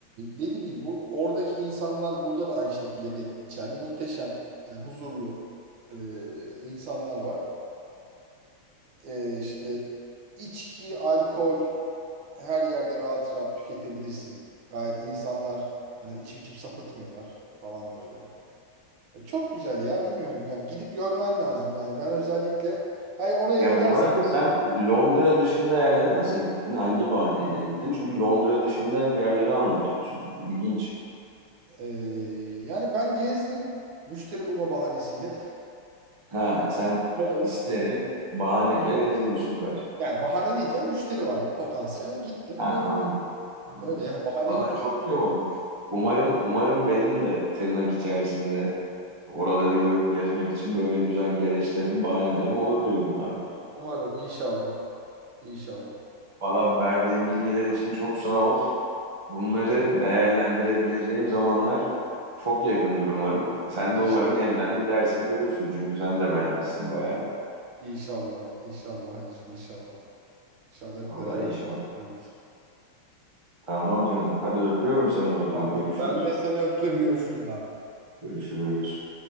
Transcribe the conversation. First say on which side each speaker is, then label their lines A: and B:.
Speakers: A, on the right (about 75°); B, on the right (about 20°).
A: dediğim gibi bu, oradaki insanlar burada da aynı şekilde geçerli. Muhteşem, yani huzurlu e, insanlar var. E, işte içki, alkol her yerde rahat rahat tüketebilirsin. Gayet insanlar hani içip içip sapıtmıyorlar falan böyle. E, Çok güzel ya bilmiyorum yani gidip görmen lazım yani ben özellikle hani oraya
B: Ya
A: gidersen
B: bu arada sen Londra dışında yerlere nasıl gittin? Hangi bahaneyle gittin? Çünkü Londra dışında hep yerleri anlatıyorsun. İlginç.
A: e, yani ben gezdim müşteri bulma bahanesiyle.
B: Ha sen
A: <laughs> Buraların-
B: isteyerek bahaneyle gezdin. Süper.
A: Yani bahane değil canım müşteri vardı potansiyel gittim
B: Ha anladım.
A: gördüm
B: Anladım.
A: öyle yani bahane
B: Valla
A: yok
B: çok
A: yani.
B: iyi olmuş. Umarım umarım benim de tırnak içerisinde oraları görüp gezmek için böyle güzel gereçlerim, bahanelerim olur diyorum abi.
A: Umarım inşallah inşallah
B: Valla verdiğin bilgiler için çok sağ ol. Bunları
A: çok
B: değerlendirebileceğim zamanlar çok yakındır umarım. Sen de
A: inşallah
B: umarım yeniden gidersin görürsün çünkü sen de beğenmişsin bayağı.
A: inşallah inşallah Halicim inşallah inşallah
B: Vallahi
A: hep beraber
B: inşallah.
A: görürüz.
B: Tamam canım. Hadi öpüyorum seni o zaman.
A: Tamam.
B: Görüşürüz.
A: Ben de seni öptüm. Görüşürüz abi.
B: Görüşürüz.